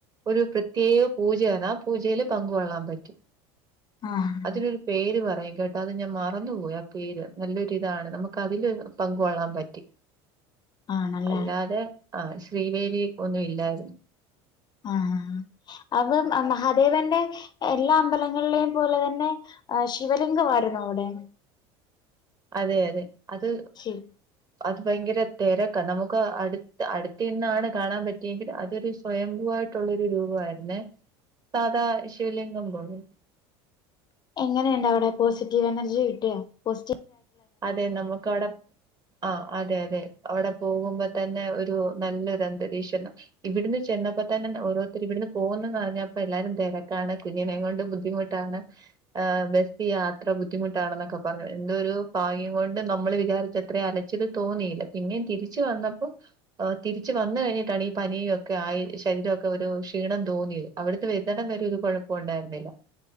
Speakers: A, on the right (about 30°); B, on the left (about 35°).
A: ഒരു പി ത്യേക പൂജയാന്ന് ആ പൂജയിൽ പങ്ക് കൊള്ളാൻ പറ്റും
B: ആഹ്
A: അതിനൊരു പേര് പറയും കേട്ടാ അത് ഞാൻ മറന്ന് പോയി ആ പേര് നല്ലൊരിതാണ് നമ്മക്കതിൽ പങ്ക് കൊള്ളാൻ പറ്റി
B: ആണല്ലേ
A: അല്ലാതെ ആ ശ്രീവേദി ഒന്നും ഇല്ലായിരു
B: ആ ആ അവർ മഹാദേവന്റെ എല്ലാ അമ്പലങ്ങളിലെയും പോലെ തന്നെ ശിവലിംഗവായിരുന്നോ അവിടെ
A: അതെ അതെ അത്
B: ശി
A: അത് ഭയങ്കര തെരക്കാ നന്മക് അടുത്ത് അടുത്ത് നിന്നാണ് കാണാൻ പറ്റിയെങ്കിലും അതൊരു സു <unintelligible> ആയിട്ടുള്ളൊരു രൂപമായിരുന്നെ സാധാ ശിവലിംഗം പോലെ
B: എങ്ങനെ ഉണ്ടവിടെ പോസറ്റീവ് എനർജി കിട്ടിയോ പോസ
A: അതെ നമുക്കവിടെ ആ അതെ അവിടെ പോകുമ്പോ തന്നെ ഒരു നല്ലൊരു അന്തരീക്ഷാ ഇവിടുന്ന് ചെന്നപ്പ തന്നെ ഓരോരുത്തര് തെ ഇവിടുന്ന് പോകുന്നെന്ന് അറിഞ്ഞപ്പോ എല്ലാരും തിരക്കാണ് കുഞ്ഞിനെം കൊണ്ട് ബുദ്ധിമുട്ടാണ് ആ ബസ് യാത്ര ബുദ്ധിമുട്ടാണെന്നൊക്കെ പറഞ്ഞു എന്തോരു കുഞ്ഞിനെം കൊണ്ട് നമ്മള് വിചാരിച്ചത്രയും അലച്ചില് തോന്നിയില്ല പിന്നെയും തിരിച്ചു വന്നപ്പോ തിരിച്ച് വന്ന് കഴിഞ്ഞിട്ടാണ് ഈ പനിയൊക്കെ ആയി ശരീരം ഒക്കെ ഒരു ക്ഷിണം തോന്നിയത് അവിടുന്നെ വരുന്നെടം വരെ ഒരു കൊഴപ്പോം ഒണ്ടായിരുന്നില്ല